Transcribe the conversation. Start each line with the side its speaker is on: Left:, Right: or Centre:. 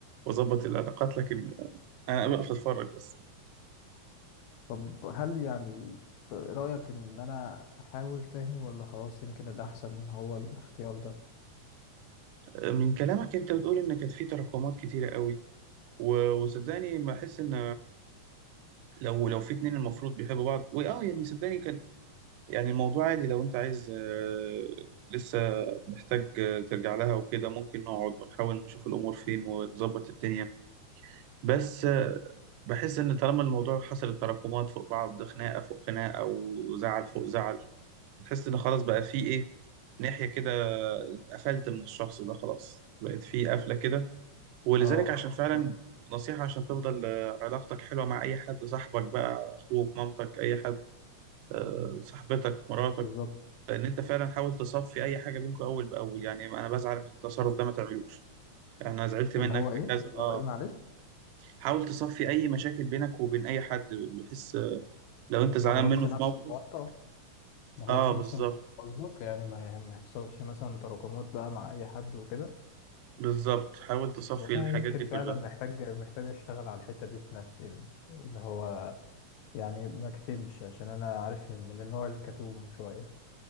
Right: وأظبط العلاقات لكن أنا بقف أتفرج بس
Left: طب هل يعني رأيك ان انا احاول تاني ولا خلاص يمكن الاحسن هو الاختيار ده؟
Right: من كلامك أنت بتقول إن كانت في تراكمات كتيرة قوي و- وصدقني بحس إن لو لو في اتنين المفروض بيحبوا بعض واه يعني صدقني كان يعني الموضوع عادي لو انت عايز آه، لسه محتاج آه، ترجع لها وكده ممكن نقعد ونحاول نشوف الامور فين ونظبط الدنيا بس آه، بحس ان طالما الموضوع حصلت تراكمات فوق بعض خناقه فوق خناقه وزعل فوق زعل بتحس ان خلاص بقى في ايه ناحيه كده اتقفلت من الشخص ده خلاص بقت في قفله كده ولذلك
Left: اه
Right: عشان فعلا
Left: بالظبط
Right: نصيحة عشان تفضل آه، علاقتك حلوة مع أي حد صاحبك بقى أخوك مامتك أي حد آه، صاحبتك مراتك
Left: بالظبط
Right: إن أنت فعلا حاول تصفي أي حاجة بينكم أول بأول يعني أنا بزعل من التصرف ده ما تعملوش أنا زعلت منك
Left: اللي هو
Right: في
Left: ايه؟
Right: كذا
Left: اللي
Right: أه
Left: هو ايه معلش
Right: حاول تصفي أي مشاكل بينك وبين أي حد بحيث آه، لو أنت زعلان
Left: ما غلطش
Right: منه
Left: نفس
Right: في موقف
Left: الغلطة ما غلطش
Right: أه بالظبط
Left: نفس اللي كنت قصدك يعني ما ما يحصلش مثلا تراكمات بقى مع اي حد وكده
Right: بالظبط حاول تصفي
Left: وانا
Right: الحاجات
Left: يمكن
Right: دي
Left: فعلا
Right: كلها
Left: محتاج محتاج اشتغل على الحته دي في نفسي اللي هو يعني ما اكتمش عشان انا عارف من النوع الكتوم شويه